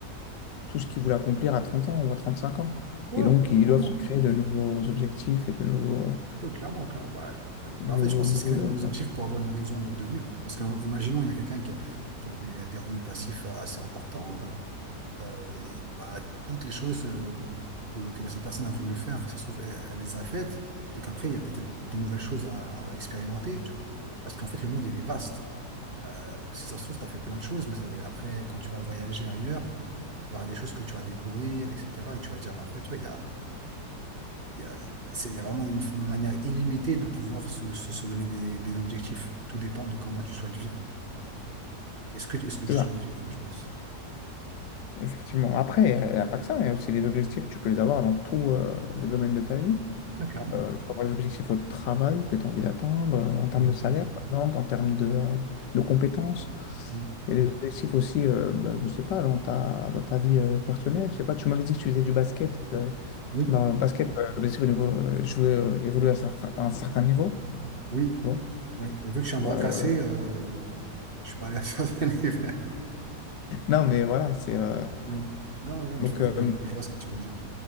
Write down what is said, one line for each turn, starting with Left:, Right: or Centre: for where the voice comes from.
Left: tout ce qu'ils voulait accomplir à 30 ans ou à 35 ans.
Right: Ouais,
Left: Et donc,
Right: clairement.
Left: ils
Right: clairement,
Left: doivent se créer de nouveaux objectifs et de nouveaux, euh,
Right: Ouais, clairement. clairement. Bah, ouais.
Left: de
Right: Bah,
Left: nouveaux,
Right: en fait, je pense que
Left: nouveaux
Right: c'est se créer de
Left: goals,
Right: nouveaux
Left: quoi.
Right: objectifs pour avoir une raison de, de vivre. Parce que, on- imaginons, il y a quelqu'un qui a, qui a des, des revenus passifs euh, assez importants. euh, euh, et, bah, toutes les choses euh, que, que cette personne a voulu faire, que ça se trouve, elle, elle les a faites. Donc après, il y a peut-être de nouvelles choses à, à expérimenter, tu vois. Parce qu'en fait, le monde, il est vaste. Euh, donc si ça se trouve, tu as fait plein de choses, mais c'est- après, quand tu vas voyager ailleurs, il y aura des choses que tu vas découvrir, etc. Et tu vas dire, mais en fait, ouais, il y a il y a, c'est- il y a vraiment une manière illimitée de pouvoir se, se- se donner des, des objectifs. Tout dépend de comment tu souhaites vivre. Est-ce que, est-ce que tu
Left: C'est ça,
Right: souhaites vivre, je pense.
Left: effectivement. Après, il n'y a pas que ça, il y a aussi les objectifs, tu peux les avoir dans tous euh, les domaines de ta vie.
Right: Ouais, clairement.
Left: Euh, tu peux avoir des objectifs au travail que tu as envie d'atteindre, euh, en termes
Right: Mm,
Left: de salaire, par exemple, en termes de, euh, de compétences.
Right: mm.
Left: Il y a des objectifs aussi, euh, bah, je ne sais pas, dans ta, dans ta vie euh, personnelle. Je sais pas, tu m'avais dit que tu faisais du basket. euh,
Right: Oui,
Left: dans le basket, euh, l'objectif au niveau, euh, jouer, euh, évoluer à, certain- à un certain niveau.
Right: oui,
Left: Tu vois?
Right: oui. Vu que je suis
Left: Tu
Right: un bras
Left: vois, euh,
Right: cassé, euh, je suis pas allé à certains <laughs> niveaux.
Left: Non, mais voilà, c'est euh,
Right: Oui. Non, non,
Left: donc
Right: je,
Left: euh,
Right: je- je vois ce que tu veux dire.